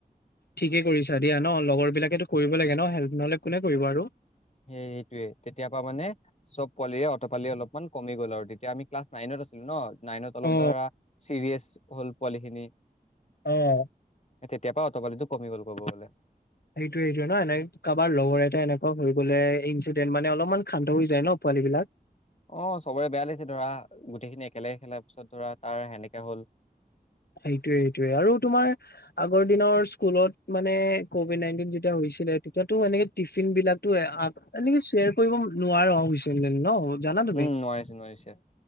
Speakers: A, on the left; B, on the left.
A: ঠিকে কৰিছা দিয়া ন লগৰ বিলাকেতো কৰিব লাগে ন হেল্প নহলে কোনে কৰিব আৰু।
B: সেই সেইটোয়ে তেতিয়া পৰা মানে চব পোৱালিৰে অট পালি অলপ ইমান কমি গ'ল আৰু তেতিয়া আমি ক্লাছ নাইনত আছিলো ন, নাইনত অলপ
A: অ
B: ধৰা চিৰিয়েছ হ'ল পোৱালিখিনি
A: অহ
B: তেতিয়া পা অট পালিটো কমি গ'ল ক'ব গ'লে।
A: সেইটোৱে এইটোৱে ন এনে কাৰোবাৰ লগৰ এটা এনেকুৱা হৈ গলে ইনচিডেণ্ট মানে অলপমান শান্ত হৈ যায় ন। পোৱালীবিলাক
B: অ চবৰে বেয়া লাগিছে ধৰা গোটেইখিনি একেলগ খেলাৰ পিছত ধৰা তাৰ সেনেকাে হ'ল।
A: সেইটোয়ে সেইটোয়ে আৰু তোমাৰ আগৰ দিনৰ স্কুলত মানে কভিড নাইনটিন যেতিয়া হৈছ- ছিলে তেতিয়াতো এনেকে টিফিন বিলাকো এনেকে শ্বেয়াৰ কৰিব নোৱাৰা হৈছে নেন ন। জানা তুমি
B: উম নোৱাৰিছে নোৱাৰিছে।